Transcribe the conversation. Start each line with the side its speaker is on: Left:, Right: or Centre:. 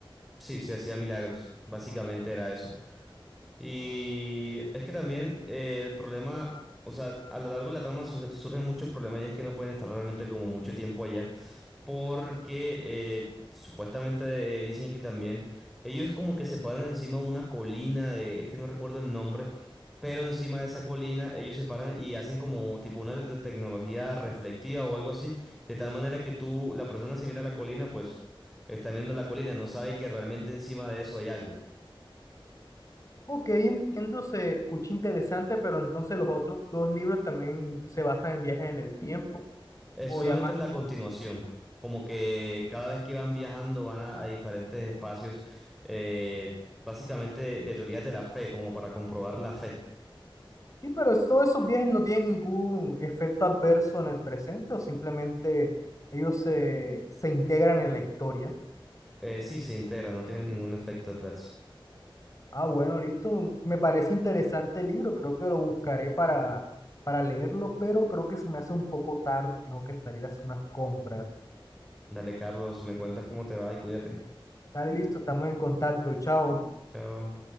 Centre: Sí, sí hacía milagros. Básicamente era eso. Y es que también eh, el problema, o sea, a lo largo de la trama su- surgen muchos problemas y es que no pueden estar realmente como mucho tiempo allá porque eh, supuestamente eh, dicen que también ellos como que se paran encima de una colina, de- es que no recuerdo el nombre, pero encima de esa colina ellos se paran y hacen como tipo una te- tecnología reflectiva o algo así, de tal manera que tú, la persona si mira la colina, pues está viendo la colina, no sabe que realmente encima de eso hay algo.
Left: Ok, entiendo, se escucha interesante, pero entonces los otros dos libros también se basan en viajes en el tiempo,
Centre: Es
Left: o
Centre: solamente
Left: ya más
Centre: es la
Left: como-
Centre: continuación. Como que cada vez que van viajando van a, a diferentes espacios, eh, básicamente de teorías de la fe, como para comprobar la fe.
Left: Sí, pero es- todos esos viajes no tienen ningún efecto adverso en el presente, o simplemente ellos se, se integran en la historia.
Centre: Eh, sí, se integra, no tiene ningún efecto adverso.
Left: Ah, bueno, listo. Me parece interesante el libro. Creo que lo buscaré para, para leerlo, pero creo que se me hace un poco tarde. Tengo que salir a hacer unas compras.
Centre: Dale, Carlos, me cuentas cómo te va y cuídate.
Left: Dale, listo. Estamos en contacto. Chao.
Centre: Chao.